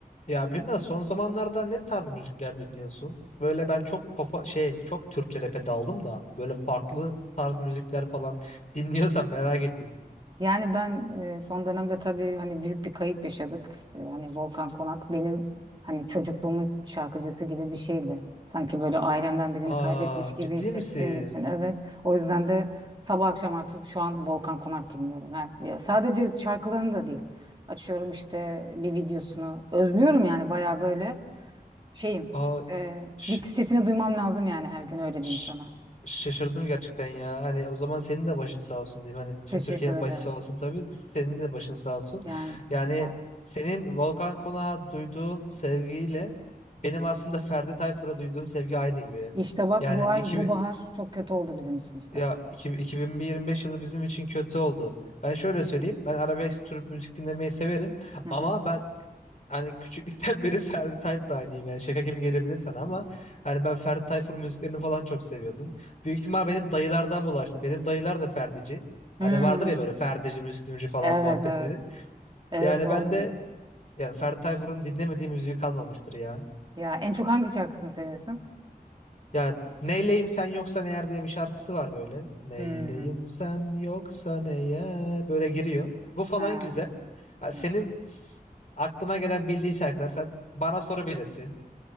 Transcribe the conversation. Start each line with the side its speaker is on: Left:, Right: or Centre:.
Left: Ya Birna son zamanlarda ne tarz müzikler dinliyorsun? Böyle ben çok popa şey çok Türkçe rap'e daldım da böyle farklı tarz müzikler falan <laughs> dinliyorsan merak ettim.
Right: Yani ben e, son dönemde tabii hani büyük bir kayıp yaşadık. E, Hani Volkan Konak benim hani çocukluğumun şarkıcısı gibi bir şeydi. Sanki böyle ailemden birini
Left: Aa
Right: kaybetmiş gibi
Left: ciddi
Right: hissettiğim
Left: misin?
Right: için evet. O yüzden de sabah akşam artık şu an Volkan Konak dinliyorum. Yani ya sadece şarkılarını da değil. Açıyorum işte bir videosunu. Özlüyorum yani bayağı böyle şeyim.
Left: Aa
Right: E,
Left: ş-
Right: bir sesini duymam lazım yani her gün öyle
Left: ş-
Right: diyeyim sana.
Left: şaşırdım gerçekten ya. Hani o zaman senin de başın sağ olsun diyeyim. Hani tüm
Right: Teşekkür
Left: Türkiye'nin
Right: ederim.
Left: başı sağ olsun tabii. Senin de başın sağ olsun.
Right: Yani
Left: Yani
Right: sağ ol.
Left: senin Volkan Konak'a duyduğun sevgiyle benim aslında Ferdi Tayfur'a duyduğum sevgi aynı gibi.
Right: İşte bak
Left: Yani
Right: bu ay
Left: iki,
Right: bu bahar çok kötü oldu bizim için işte.
Left: Ya iki- 2025 yılı bizim için kötü oldu. Ben şöyle söyleyeyim. Ben arabesk tür müzik dinlemeyi severim.
Right: Hı
Left: Ama
Right: hı.
Left: ben hani küçüklükten <laughs> beri Ferdi Tayfur hayranıyım. Yani şaka gibi gelebilir sana ama hani ben Ferdi Tayfur müziklerini falan çok seviyordum. Büyük ihtimal benim dayılardan bulaştı. Benim dayılar da Ferdici. Hani
Right: Hmm.
Left: vardır ya böyle Ferdici, Müslümcü falan
Right: Evet
Left: muhabbetleri.
Right: evet. Evet
Left: Yani
Right: doğru
Left: ben de
Right: diyorsun.
Left: yani Ferdi Tayfur'un dinlemediği müziği kalmamıştır ya.
Right: Ya en çok hangi şarkısını seviyorsun?
Left: Yani neyleyim sen yoksan eğer diye bir şarkısı var böyle. Neyleyim
Right: Hmm.
Left: sen yoksan eğer böyle giriyor. Bu falan
Right: Ha,
Left: güzel. Ha,
Right: çok
Left: Senin
Right: güzel.
Left: s- aklıma gelen bildiğin şarkılar sen bana soru bilirsin.